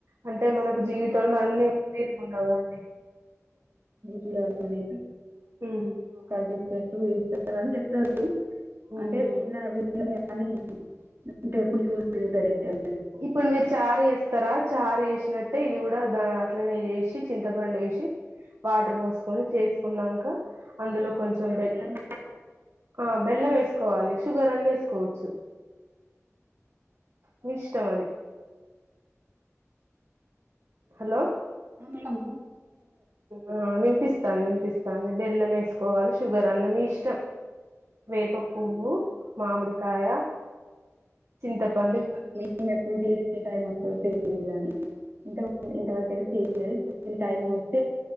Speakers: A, on the right; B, on the right.
A: అంటే మనకు జీవితంలో
B: అవునా అంటే
A: అన్ని తీరు <unintelligible>
B: చూడాల అనే
A: మ్మ్
B: కల్పించినట్టు ఇస్తారు అని చెప్తారు
A: మ్మ్
B: అంటే విన్న విన్న కానీ అంటే ఎప్పుడు చూ <unintelligible>
A: ఇప్పుడు మీరు చారి <unintelligible> చార్ చేసినట్టే ఇది కూడ దా అట్లనే చేేసి చింతపండు వేసి వాటర్ పోసుకొని చేసుకున్నాంక అందులో కొంచం బెల్
B: మేడం
A: ఆ బెల్లం వేసుకోవాలి షుగర్ అన్న వేసుకోవచ్చు మి ఇష్టం అది హలో
B: హా మేడం
A: అ విన్పిస్తాంది విన్పిస్తాంది బెల్లం వేసుకోవాలి షుగర్ అన్న మీ ఇష్టం వేప పువ్వు మామిడికాయ చింతపండు
B: ప ట మ <inaudible> లేదు గాని ఇంత ఇంతవరకుయితే చేయలేదు టైం వస్తే